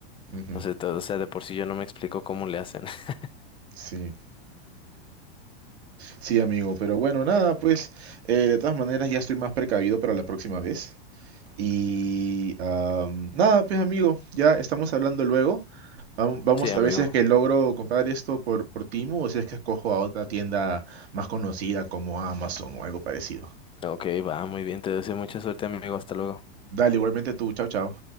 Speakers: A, on the right (about 80°); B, on the left (about 15°).
A: Ujú.
B: No sé, todo, o sea, de por sí yo no me explico cómo le hacen. <laughs>
A: Sí, sí, amigo. Pero bueno, nada, pues, eh, de todas maneras ya estoy más precavido para la próxima vez. Y am, nada, pues, amigo, ya estamos hablando luego. Vam- Vamos
B: Sí, amigo.
A: a ver si es que logro comprar esto por, por Temu o si es que escojo a otra tienda más conocida como Amazon o algo parecido.
B: Ok, va, muy bien, te deseo mucha suerte, amigo. Hasta luego.
A: Dale, igualmente tú. Chao, chao.